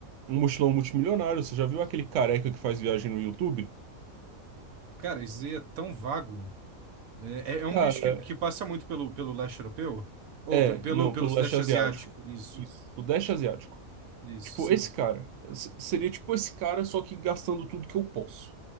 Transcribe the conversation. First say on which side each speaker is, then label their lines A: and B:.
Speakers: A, on the right; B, on the right.
A: um mochilão multimilionário? Você já viu aquele careca que faz viagem no YouTube?
B: Cara, isso aí é tão vago. É, é- é um
A: Cara.
B: bicho que, que passa muito pelo, pelo leste europeu? Ou
A: É,
B: pe- pelo,
A: não,
B: pelo
A: pelo
B: sudeste
A: leste asiático.
B: asiático? Isso,
A: Isso. O leste asiático.
B: isso,
A: Tipo,
B: sim.
A: esse cara. S- Seria tipo esse cara, só que gastando tudo que eu posso,